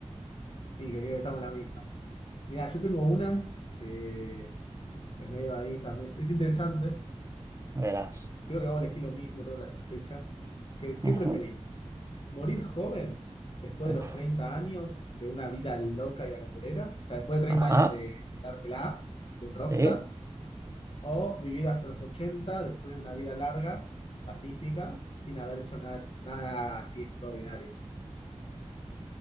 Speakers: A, on the left; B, on the right.
A: Sí, que creo que estamos en la misma. Mira, yo tengo una que es medio ahí también, es interesante,
B: Verás.
A: creo que vamos a elegir lo mismo, tengo la sospecha, que es, ¿qué
B: Ujú.
A: preferís? ¿Morir joven después
B: Uf.
A: de los 30 años de una vida loca y aventurera? O sea, después de treinta
B: Ajá,
A: años de, de dártela, tipo un rockstar
B: sí.
A: O vivir hasta los 80, después de una vida larga y pacífica sin haber hecho nada, nada así extraordinario.